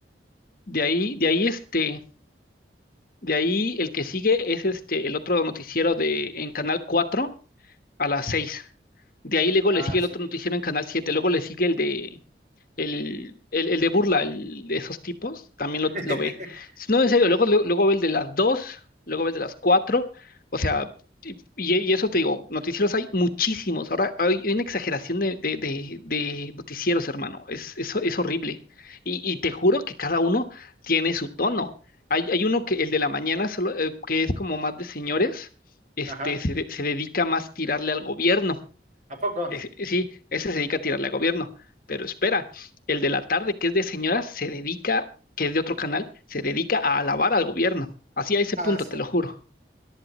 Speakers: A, on the left (about 50°); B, on the right (about 40°).
A: De ahí, de ahí este, de ahí el que sigue es este, el otro noticiero de, en Canal cuatro a las 6. De ahí luego
B: Ah,
A: le sigue
B: su.
A: el otro noticiero en Canal siete. luego le sigue el de el, el, el de burla el de esos tipos, también
B: <laughs>
A: lo, lo ve. Si No, en serio, luego, luego, luego ve el de las dos, luego ve el de las cuatro, o sea, y, y- y eso te digo, noticieros hay muchísimos, ahora hay hay una exageración de, de, de- de noticieros, hermano, es, eso es horrible. Y, y te juro que cada uno tiene su tono. Hay, hay uno que, el de la mañana, solo, eh, que es como más de señores, este,
B: Ajá.
A: se, de- se dedica más a tirarle al gobierno.
B: ¿A poco?
A: Ese- sí, ese se dedica a tirarle al gobierno, pero espera, el de la tarde, que es de señoras, se dedica, que es de otro canal, se dedica a alabar al gobierno. Así a ese
B: Ah,
A: punto,
B: su.
A: te lo juro.